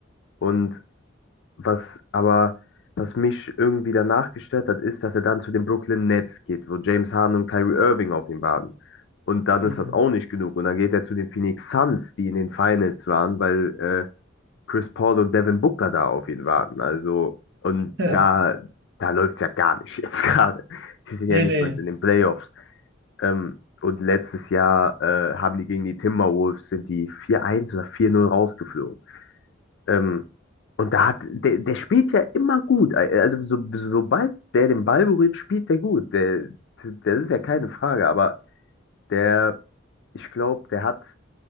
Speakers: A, on the left (about 60°); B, on the right (about 60°).
A: Und was aber, was mich irgendwie danach gestört hat, ist, dass er dann zu den Brooklyn Nets geht, wo James Harden und Kyrie Irving auf ihn warten. Und dann
B: Mhm.
A: ist das auch nicht genug. Und dann geht er zu den Phoenix Suns, die in den Finals waren, weil äh, Chris Paul und Devin Booker da auf ihn warten. Also, und
B: <laughs>
A: da, da läuft ja gar nicht <laughs> jetzt gerade. Die sind
B: Nee,
A: ja nicht
B: nee.
A: mal in den Playoffs. Ähm, und letztes Jahr äh, haben die gegen die Timberwolves, sind die vier eins oder vier null rausgeflogen. Ähm, und da hat, der, der spielt ja immer gut. Äh, Also so, sobald der den Ball berührt, spielt der gut. Der, das ist ja keine Frage, aber der, ich glaube, der hat,